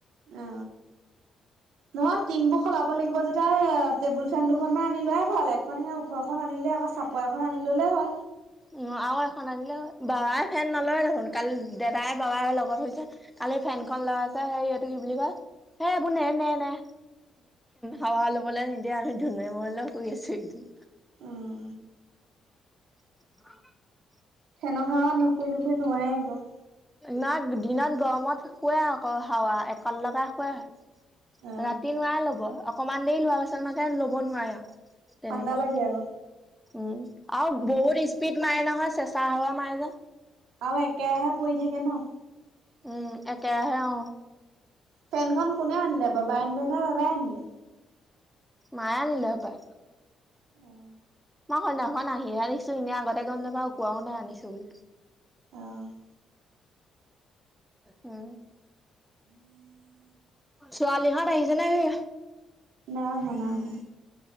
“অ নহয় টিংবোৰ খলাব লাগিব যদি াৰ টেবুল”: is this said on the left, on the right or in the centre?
Right